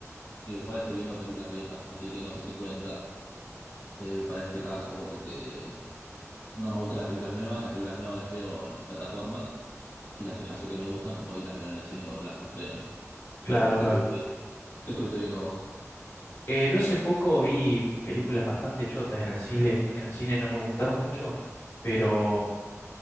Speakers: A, on the left; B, on the left.
A: igual estoy viendo películas viejas, así que no sé si cuenta eh, para este caso porque no me gustan las películas nuevas, las películas nuevas las veo en plataformas y las que ya sé que me gustan, voy y las veo en el cine cuando las reestrenan.
B: Claro,
A: ¿Vos qué
B: claro.
A: estuviste, qué estuviste viendo vos?
B: Eh, yo hace poco vi películas bastante chotas en el cine, en el cine no me gustaron mucho, pero